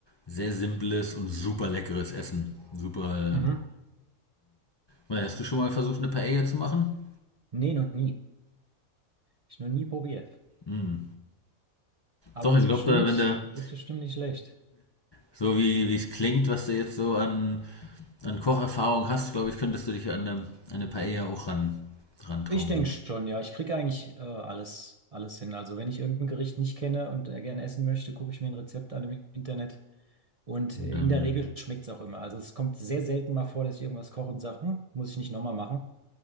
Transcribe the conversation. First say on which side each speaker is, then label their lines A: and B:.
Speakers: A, on the left; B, on the right.
A: sehr simples und super leckeres Essen. Super.
B: Mhm.
A: Ähm. Hast du schon mal versucht, eine Paella zu machen?
B: Nee, noch nie. Ich noch nie probiert.
A: Hm.
B: Aber
A: Doch,
B: ist
A: ich glaube,
B: bestimmt,
A: wenn der
B: ist bestimmt nicht schlecht.
A: So wie es klingt, was du jetzt so an, an Kocherfahrung hast, glaube ich, könntest du dich an eine, an eine Paella auch ran, rantrauen.
B: Ich denke schon, ja. Ich kriege eigentlich äh, alles, alles hin. Also wenn ich irgendein Gericht nicht kenne und äh, gerne essen möchte, gucke ich mir ein Rezept an im Internet. Und
A: Und
B: äh,
A: dann.
B: in der Regel schmeckt es auch immer. Also es kommt sehr selten mal vor, dass ich irgendwas koche und sage, hm, muss ich nicht nochmal machen.